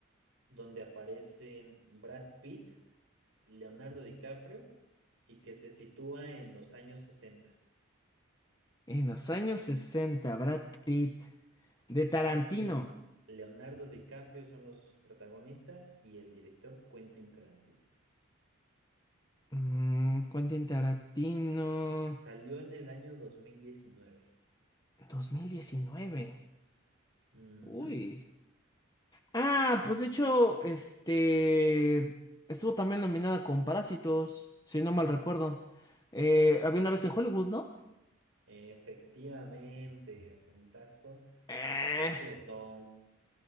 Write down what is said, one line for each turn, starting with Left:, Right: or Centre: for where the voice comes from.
Right: donde aparecen Brad Pitt, Leonardo DiCaprio y que se sitúa en los años 60.
Left: En los años sesenta Brad Pitt, de Tarantino.
Right: Brad Pitt, Leonardo DiCaprio son los protagonistas y el director Quentin Tarantino.
Left: Mm, Quentin Tarantino,
Right: Salió en el año 2019.
Left: Dos mil diecinueve.
Right: Ujú.
Left: Uy. Ah, pues de hecho, este, estuvo también nominada con Parásitos, si no mal recuerdo. Eh, había una vez en Hollywood, ¿no?
Right: Efectivamente, puntazo.
Left: Eh,
Right: Completó.